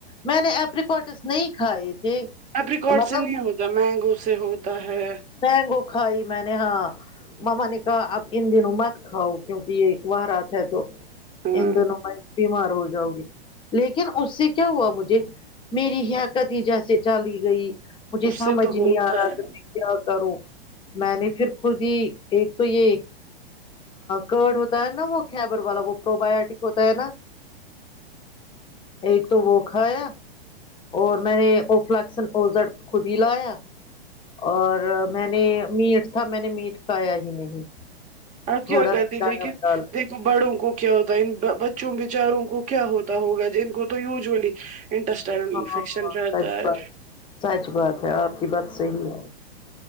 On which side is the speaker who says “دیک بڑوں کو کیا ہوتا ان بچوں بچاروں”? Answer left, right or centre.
Right